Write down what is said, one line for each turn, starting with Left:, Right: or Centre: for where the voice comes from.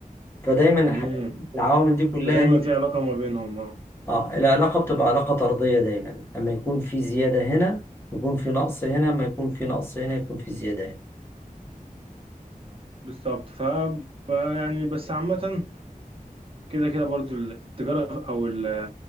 Left: فدايما الحاجات
Right: امم
Left: العوامل دي كلها
Right: فدايما
Left: هي
Right: في علاقة ما بينهم اه
Left: اه العلاقة بتبقى علاقة طردية دايما لما يكون في زيادة هنا يكون في نقص هنا ما يكون في نقص هنا يكون في زيادة هنا
Right: بالظبط ف... فيعني بس عامة كده كده برضو التجارة أو ال